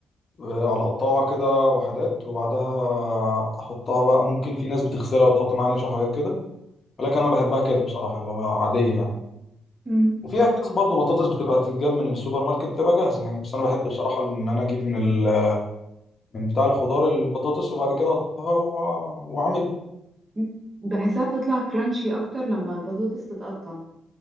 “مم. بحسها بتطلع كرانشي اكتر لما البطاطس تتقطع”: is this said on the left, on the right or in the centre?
Right